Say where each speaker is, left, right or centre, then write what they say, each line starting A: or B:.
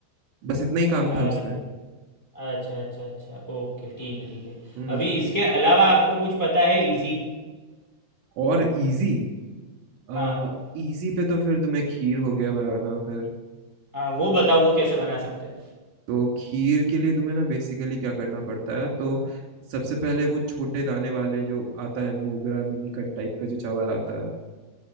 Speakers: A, on the right; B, in the centre.
A: बस इतना ही काम
B: अच्छा
A: था उसमें
B: अच्छा अच्छा अच्छा ओके ठीक है ठीक है
A: हम्म
B: अभी इसके अलावा आपको कुछ पता है इजी
A: और इजी आ,
B: हाँ
A: इजी पे तो फिर तुम्हें खीर हो गया बनाना फिर
B: हाँ वो बताओ वो कैसे बना सकते हैं
A: तो खीर के लिए तुम्हें ना बेसिकली क्या करना पड़ता है तो सबसे पहले वो छोटे दाने वाले जो आता है मोगरा मिनीकट टाइप का जो चावल आता है